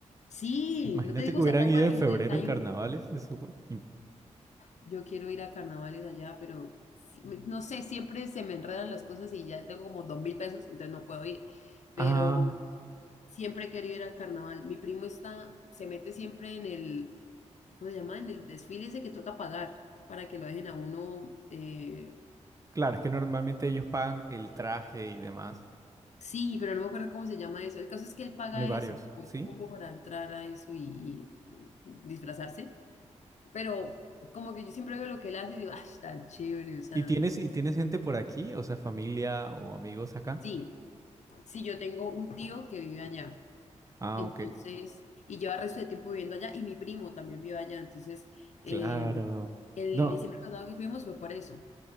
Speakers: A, on the left; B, on the right.
A: Sí,
B: Imagínate
A: no te digo,
B: que
A: o
B: hubieran
A: sea, tal
B: ido
A: cual
B: en
A: el
B: febrero
A: 31.
B: en carnavales. Eso. fue im-
A: Yo quiero ir a carnavales allá, pero sí, me- no sé, siempre se me enredan las cosas y ya tengo como dos mil pesos, entonces no puedo ir. Pero
B: Ah,
A: siempre he querido ir al carnaval. Mi primo está, se mete siempre en el, ¿cómo se llama? En el desfile ese que toca pagar para que lo dejen a uno eh,
B: claro, es que normalmente ellos pagan el traje y demás.
A: Sí, pero no me acuerdo cómo se llama eso. El caso es que él paga
B: Bueno, hay varios,
A: eso, como
B: ¿sí?
A: el cupo para entrar a eso y, y disfrazarse. Pero como que yo siempre veo lo que él hace y digo, ah, está chévere, o sea,
B: ¿Y tienes,
A: interesante.
B: y tienes gente por aquí? O sea, familia o amigos acá.
A: Sí, sí, yo tengo un tío que vive allá,
B: Ah,
A: entonces,
B: ok.
A: y lleva el resto de tiempo viviendo allá, y mi primo también vive allá, entonces, eh,
B: Claro.
A: el
B: No,
A: diciembre pasado que fuimos fue por eso.